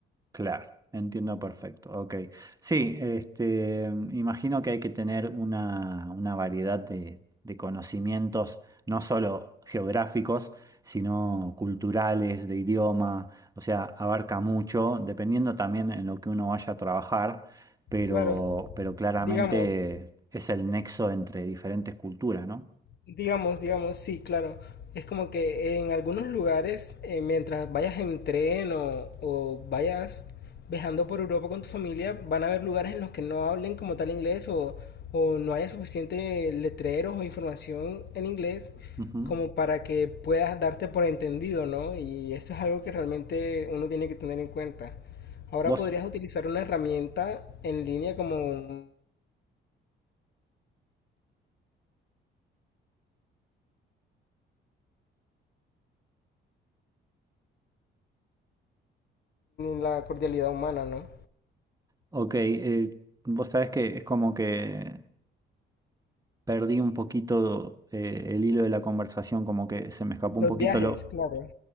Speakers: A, on the right; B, on the left.
A: Claro, entiendo perfecto. Ok. Sí, este, imagino que hay que tener una, una variedad de, de conocimientos, no solo geográficos, sino culturales, de idioma. O sea, abarca mucho, dependiendo también en lo que uno vaya a trabajar, pero,
B: Claro,
A: pero claramente
B: digamos,
A: es el nexo entre diferentes culturas, ¿no?
B: Digamos, digamos, sí, claro. Es como que en algunos lugares, eh, mientras vayas en tren o, o vayas viajando por Europa con tu familia, van a haber lugares en los que no hablen como tal inglés o, o no haya suficiente letreros o información en inglés
A: Ujú.
B: como para que puedas darte por entendido, ¿no? Y eso es algo que realmente uno tiene que tener en cuenta. Ahora
A: Vos,
B: podrías utilizar una herramienta en línea como la cordialidad humana, ¿no?
A: ok, eh, vos sabés que es como que. perdí un poquito eh, el hilo de la conversación, como que se me escapó
B: Los
A: un poquito
B: viajes,
A: lo,
B: claro.